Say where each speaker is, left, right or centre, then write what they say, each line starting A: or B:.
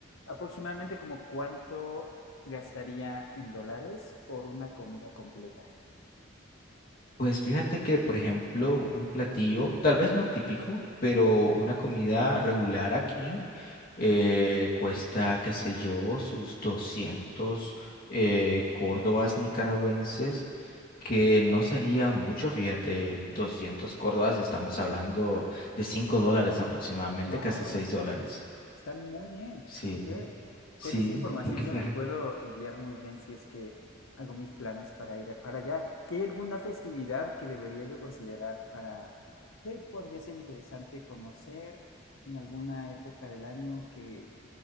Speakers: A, on the left; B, on the left.
A: aproximadamente como cuánto gastaría en dólares por una comida completa.
B: Pues fíjate que, por ejemplo, un platillo, tal vez no típico, pero una comida regular aquí eh, cuesta, qué sé yo, sus 200 eh, córdobas nicaragüenses, que no serían mucho, fíjate, 200 córdobas, estamos hablando de 5 dólares aproximadamente,
A: Wow.
B: casi 6 dólares.
A: Está muy bien,
B: Sí,
A: ok.
B: sí.
A: Con esta información
B: <laughs>
A: ya me puedo guiar muy bien si es que hago mis planes para ir para allá. ¿Y hay alguna festividad que debería yo considerar para que podría ser interesante conocer en alguna época del año que